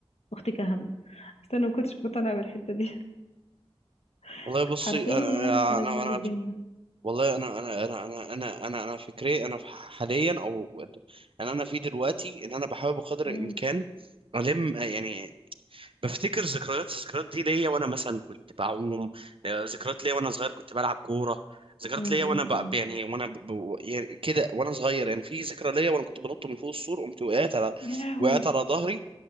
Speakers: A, on the left; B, on the right.
A: اختك اهم بس انا ما كنتش مقتنعه بالحته دي <laughs>
B: والله بصي
A: حرفيا
B: انا
A: قلبنا
B: انا
A: عليه
B: انا
A: الدنيا
B: والله انا انا انا انا انا انا انا فكري انا حاليا او انا انا في دلوقتي ان انا بحاول بقدر
A: امم
B: الامكان الم يعني بفتكر ذكريات الذكريات دي ليا وانا مثلا كنت بعوم آه، ذكريات ليا وانا صغير كنت بلعب كوره ذكريات
A: امم
B: ليا وانا
A: أمم.
B: ب... يعني وانا ب... ب- يعني كده وانا صغير يعني في ذكرى ليا وانا كنت بنط من فوق السور قمت وقعت على
A: يا لهوي
B: وقعت على ظهري